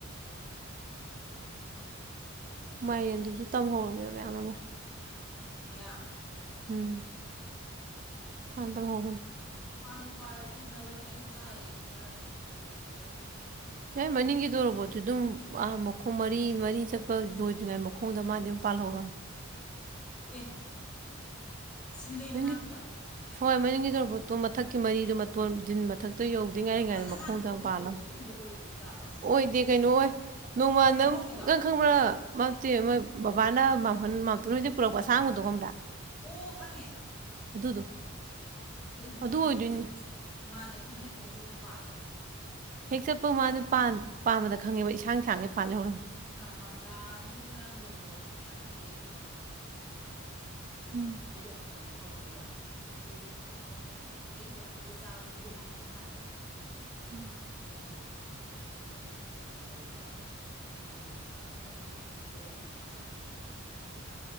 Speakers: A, on the right; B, in the centre.
A: ꯃꯥꯏꯔꯦꯟꯗꯨꯁꯨ ꯇꯝꯍꯧꯔꯕꯅꯦꯕ ꯃꯌꯥꯝ ꯑꯃ
B: ꯃꯌꯥꯡ
A: ꯎꯝ ꯐꯥꯟ ꯇꯝ ꯍꯧꯕꯅꯦ
B: ꯄꯥꯝꯕꯨ ꯄꯥꯜꯂꯗꯤ ꯅꯧꯔꯤꯉꯩ ꯑꯗꯨꯝ ꯆꯥ ꯌꯥꯏ ꯆꯥꯔ ꯆꯝꯐꯨꯠ ꯆꯥ ꯊꯣꯛꯀꯦꯔ
A: ꯌꯥꯏ ꯃꯅꯤꯡꯒꯤ ꯇꯧꯔꯕꯣꯠꯇ ꯑꯗꯨꯝ ꯑꯥ ꯃꯈꯣꯡ ꯃꯔꯤ ꯃꯔꯤ ꯆꯠꯄ ꯂꯣꯏꯗ꯭ꯔꯤꯉꯩ ꯃꯈꯣꯡꯗ ꯃꯥꯗꯤ ꯑꯗꯨꯝ ꯄꯥꯜꯍꯧꯔꯝꯃꯦ
B: ꯑꯦ ꯁꯤꯡꯒꯩ
A: ꯅꯪꯒꯤ
B: ꯃꯅꯥꯛꯀꯤꯗꯣ
A: ꯍꯣꯏ ꯃꯅꯤꯡꯒꯤ ꯇꯣꯔꯣꯕꯣꯠꯇꯣ ꯃꯊꯛꯀꯤ ꯃꯔꯤꯗꯨ ꯃꯇꯣꯟ ꯗꯤꯟ ꯃꯊꯛ ꯇꯣ ꯌꯧꯗ꯭ꯔꯤꯉꯥꯏꯔꯤ
B: ꯑꯩꯈꯣꯏꯗ
A: ꯉꯥꯏꯗ ꯃꯈꯣꯡꯗ
B: ꯍꯥꯟꯅ ꯍꯧꯔꯝꯕ
A: ꯄꯥꯜꯂꯝ
B: ꯇꯣꯔꯕꯣꯠ ꯑꯗꯨꯒꯨꯝꯕ ꯑꯣꯏꯗꯕ ꯖꯥꯠꯂꯣ
A: ꯑꯣꯏꯗꯦ ꯀꯩꯅꯣ ꯑꯣꯏ ꯅꯣꯡꯃ ꯅꯪ
B: ꯕ꯭ꯂꯣꯛꯀꯤꯗꯣ
A: ꯅꯪ ꯈꯪꯕ꯭ꯔꯥ ꯅꯠ ꯅꯠꯇꯦ ꯕꯕꯥꯅ ꯃꯥꯝꯇꯣꯟ ꯍꯣꯏꯗꯒꯤ ꯄꯨꯔꯛꯄ ꯑꯁꯥꯡꯕꯗꯣ ꯈꯪꯕꯔ꯭
B: ꯑꯣ ꯈꯪꯉꯦ ꯑꯣ
A: ꯑꯗꯨꯗꯣ
B: ꯑꯗꯨꯗꯤ
A: ꯑꯗꯨ
B: ꯃꯔꯤ ꯈꯤꯇꯪ
A: ꯑꯣꯏꯗꯣꯏꯅꯦ
B: ꯆꯠꯄ ꯃꯥꯅꯦ ꯑꯗꯨꯗꯤ ꯃꯔꯤ ꯈꯤꯇꯪ ꯆꯕ ꯄꯥꯜꯂꯅꯤꯌꯦ
A: ꯍꯦꯛ ꯆꯠꯄ ꯃꯥꯗꯤ
B: ꯅꯥꯎ
A: ꯄꯥꯟ ꯄꯥꯜꯕꯗ ꯈꯪꯉꯦꯕ ꯏꯁꯥꯡ ꯁꯥꯡꯒꯤꯦ ꯄꯥꯜꯍꯧꯔꯝꯃꯦ
B: ꯑ ꯅꯥꯎꯆꯥꯅꯁꯨ ꯉꯔꯥꯡ ꯇꯣꯔꯣꯕꯣꯠ ꯃꯌꯥꯝ ꯄꯤꯔꯛꯑꯦ ꯇꯣꯔꯣꯕꯣꯠꯀ ꯈꯣꯡꯗ꯭ꯔꯨꯝꯒ
A: ꯎꯝ
B: ꯑꯩꯖꯨ ꯑꯃꯃꯝ ꯂꯧꯍꯧ ꯍꯧꯋꯦꯕ ꯑꯩ ꯏꯆꯦ ꯕꯦꯝꯃ ꯃꯣꯏ ꯊꯝꯕꯅꯦ ꯃꯣꯏ ꯑꯩꯗꯪ ꯂꯣꯏ ꯆꯥꯕꯁꯨ ꯄꯨꯝꯃꯛꯄꯅ ꯍꯥꯜꯂꯦꯕ
A: <inaudible>
B: ꯑꯗꯨꯅ ꯃꯣꯏꯗ ꯄꯤꯊꯣꯛꯄꯤꯕ ꯑꯩ ꯁꯔꯨꯛ ꯈꯤꯇꯪ ꯂꯧꯕ ꯑꯗꯨ ꯍꯌꯦꯡ ꯃꯣꯏꯗ ꯌꯦꯟꯁꯥꯡ ꯉꯥꯛꯇ ꯃꯣꯏꯅ ꯑꯗꯨꯝ ꯍꯨꯟꯕꯤ ꯂꯩꯔꯝꯃꯦ ꯑꯩ ꯌꯦꯟꯁꯥꯡꯕꯨꯗꯤ